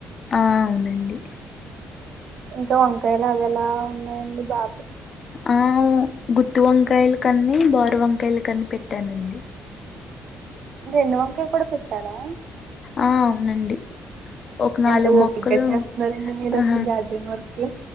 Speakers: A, on the left; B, on the right.
A: ఆ అవునండి
B: ఇంకా వంకాయలు అవి ఎలా ఉన్నాయండి బా
A: ఆ గుత్తు వంకాయలు కన్నీ బోరీ వంకాయలు కని పెట్టానండి
B: రెండు వంకాయ కూడా కారా
A: ఆ అవునండి ఒక నాలుగు
B: ఎంత
A: మొక్కలు
B: ఓపిగ్గా చేస్తున్నారండి మీరు
A: ఆ
B: అసలు గార్డెన్ వర్క్